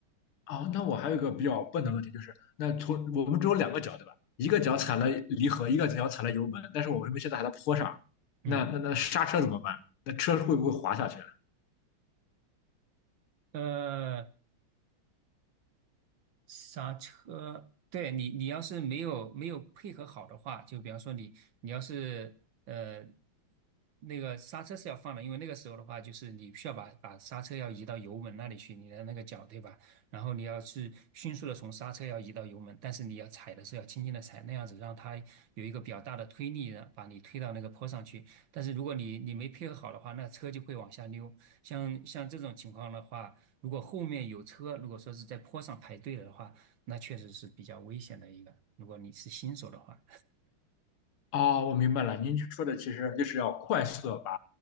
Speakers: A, on the left (about 85°); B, on the right (about 70°).
A: 哦，那我还有一个比较笨的问题，
B: 嗯
A: 就是那从我们只有两个脚对吧？一个脚踩了离合，
B: 嗯
A: 一个脚踩了油门，但是我们现在还在坡上，
B: 嗯，
A: 那那那刹车怎么办？那车会不会滑下去？
B: 呃。刹车，对你，你要是没有没有配合好的话，就比方说你，你要是呃那个刹车是要放的，因为那个时候的话，就是你需要把把刹车要移到油门那里去，你的那个脚对吧？然后你要是迅速的从刹车要移到油门，但是你要踩的时候要轻轻的踩，那样子让它有一个比较大的推力的把你推到那个坡上去。但是如果你你没配合好的话，那车就会往下溜。像像这种情况的话。如果后面有车，如果说是在坡上排队了的话，那确实是比较危险的一个。如果你是新手的话，
A: 哦，我明白了，您说的其实就是要快速的把